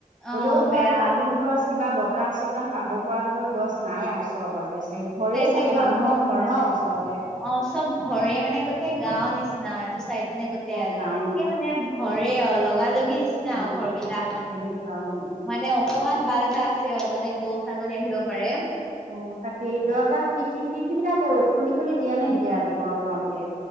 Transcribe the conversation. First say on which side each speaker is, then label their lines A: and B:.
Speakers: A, in the centre; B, on the right.
A: অ
B: হ'লেও ধৰা
A: বেয়া
B: তামোল গছ, কিবা বতাহ চতাহ পাব পৰা তেনেকুৱা গছ নাই আৰু ওচৰে পাজৰে? হেই ঘৰেই
A: তেনেকুৱা
B: চাগে মানুহৰ
A: গছ
B: ঘৰ
A: নাই
B: ন ওচৰতে?
A: অ, চব ঘৰে মানে, গোটেই গাঁৱৰ নিচিনা এইটো চাইদ মানে গোটেই
B: অ,
A: আৰু,
B: গাঁৱৰ
A: একে মানে ঘৰেই আৰু, লগা লগি নিছিনা
B: ঘৰবোৰ।
A: আৰু ঘৰ কিটা,
B: অ, তেনেকুৱা উম, উম,
A: মানে অক অকমান বাট এটা আছে আৰু যাতে গৰু ছাগলী আহিব পাৰে।
B: উ, তাকে, দৰ্জা খিৰিকী খিৰিকীবিলাক খুলি খুলি দিয়া নে নিদিয়া ৰাতিপুৱা তোমালোকে?